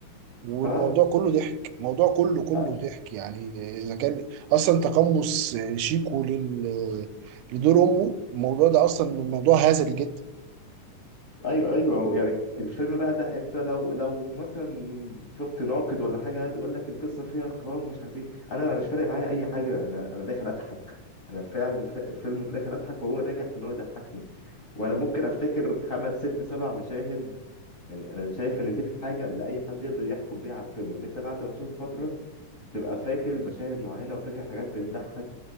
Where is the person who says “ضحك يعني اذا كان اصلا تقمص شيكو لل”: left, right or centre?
Right